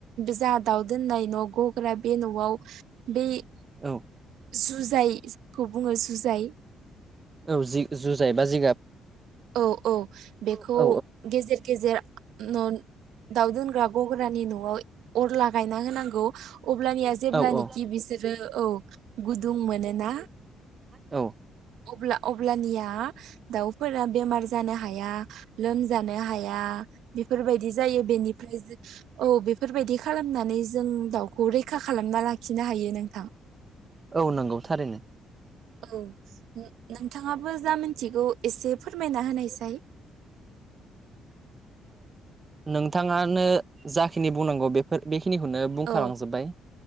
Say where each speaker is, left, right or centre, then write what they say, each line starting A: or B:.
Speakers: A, on the right; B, on the right.
A: जा दाव दोननाय न' गग्रा बे न'आव बे
B: औ।
A: <unintelligible> जायखौ बुङो जुजाय
B: औ जुजाय बा जिगाब।
A: औ औ बेखौ
B: औ
A: गेजेर गेजेर न' दाउ दोनग्रा गग्रानि न'आव अर लागायना होनांगौ अब्लानिया जेब्लानोखि
B: औ औ
A: बिसो रो औ गुदुं मोनोना
B: औ
A: अब्ला अब्लानिया दाउफोरा बेमार जानो हा या, लोमजानो हाया बेफोरबायदि जायो बेनिफ्राय जों औ बेफोरबायदि खालामनानै जों दाउखौ रैखा खालामना लाखिनो हायो नोंथां।
B: औ नंगौ थारैनो
A: औ नोंथाङाबो जा मिनथिगौ एसे फोरमायना होनायसाय
B: ओ नोंथाङानो जाखिनि बुंनांगौ बेफोर बे खिनिखौनो बुंखालांजोब्बाय।
A: औ